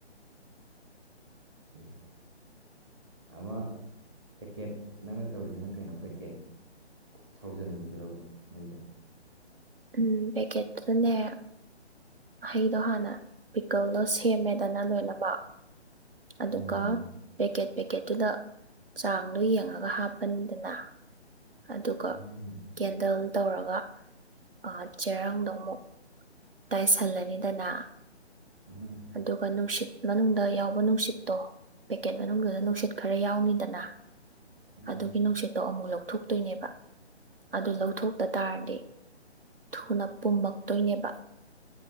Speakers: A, on the right; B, on the right.
A: ꯏꯑꯦ ꯑꯃ ꯄꯦꯛꯀꯦꯠ ꯅꯪꯅ ꯇꯧꯔꯤꯁꯤꯅ ꯀꯩꯅꯣ ꯄꯦꯛꯀꯦꯠ꯫ ꯁꯥꯎꯖꯟꯕꯤꯗꯨꯔꯕ ꯃꯩꯗ꯫
B: ꯎꯝ ꯄꯦꯛꯀꯦꯠꯇꯨꯗꯅꯦ꯫ ꯍꯩꯗꯣ ꯍꯥꯟꯅ ꯄꯤꯛꯀꯜꯗꯣ ꯁꯦꯝꯃꯦꯗꯅ ꯂꯣꯏꯅꯃꯛ꯫ ꯑꯗꯨꯒ
A: ꯎꯝ
B: ꯄꯦꯛꯀꯦꯠ ꯄꯦꯛꯀꯦꯠꯇꯨꯗ ꯆꯥꯡꯗꯣ ꯌꯦꯡꯉꯒ ꯍꯥꯞꯄꯅꯤꯗꯅ ꯑꯗꯨꯒ
A: ꯎꯝ
B: ꯀꯦꯟꯗꯜ ꯇꯧꯔꯒ ꯑꯥ ꯆꯦꯔꯪꯗꯣ ꯑꯃꯨꯛ ꯇꯥꯏꯁꯜꯂꯅꯤꯗꯅ
A: ꯎꯝ
B: ꯑꯗꯨꯒ ꯅꯨꯡꯁꯤꯠ ꯃꯅꯨꯡꯗ ꯌꯥꯎꯕ ꯅꯨꯡꯁꯤꯠꯇꯣ ꯄꯦꯛꯀꯦꯠ ꯃꯅꯨꯡꯗꯨꯗ ꯅꯨꯡꯁꯤꯠ ꯈꯔ ꯌꯥꯎꯅꯤꯗꯅꯥ
A: ꯎꯝ
B: ꯑꯗꯨꯒꯤ ꯅꯨꯡꯁꯤꯠꯇꯣ ꯑꯃꯨꯛ ꯂꯧꯊꯣꯛꯇꯨꯏꯅꯦꯕ ꯑꯗꯨ ꯂꯧꯊꯣꯛꯇ ꯇꯥꯔꯗꯤ꯫ ꯊꯨꯅ ꯄꯨꯝꯃꯛꯇꯣꯏꯅꯦꯕ